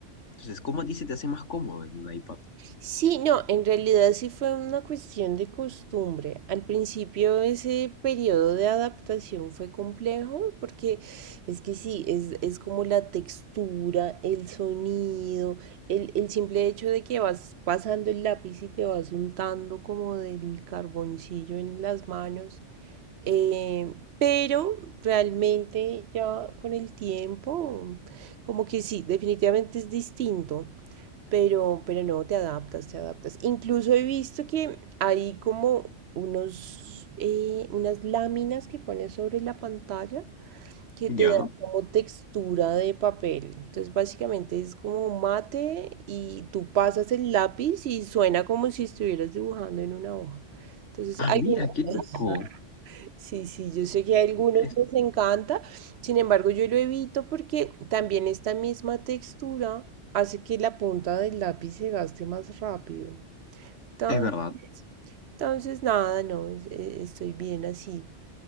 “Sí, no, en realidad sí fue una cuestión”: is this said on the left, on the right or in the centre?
Right